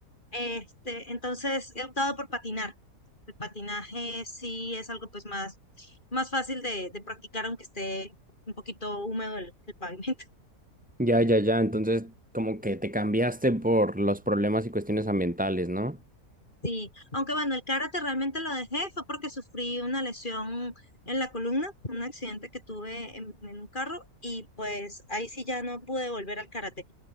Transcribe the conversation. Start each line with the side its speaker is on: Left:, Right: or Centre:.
Left: Este, entonces he optado por patinar. El patinaje sí es algo pues más, más fácil de, de practicar aunque esté un poquito húmedo el, el pavimento.
Centre: Ya, ya, ya. Entonces, como que te cambiaste por los problemas y cuestiones ambientales, ¿no?
Left: Sí, aunque bueno, el karate realmente lo dejé, fue porque sufrí una lesión en la columna, un accidente que tuve en, en un carro y pues ahí sí ya no pude volver al karate.